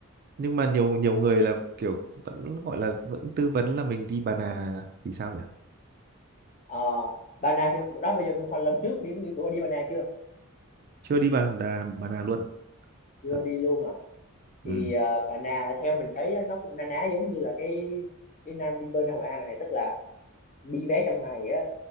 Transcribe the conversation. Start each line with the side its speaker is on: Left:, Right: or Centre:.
Right: nhưng mà nhiều nhiều người là kiểu vẫn gọi là vẫn tư vấn là mình đi Bà Nà thì sao nhỉ
Left: à, Ba Na chứ đó bây giờ mình còn lần trước đi đi của đi Ba Na chưa
Right: chưa đi bà đà bà nào luôn
Left: chưa
Right: thật
Left: đi luôn à thì
Right: ừ
Left: ờ, bà Na theo mình thấy á, nó cũng na ná giống như là cái cái Nam Vinpearl Nam Hội An này tức là đi vé trong ngày á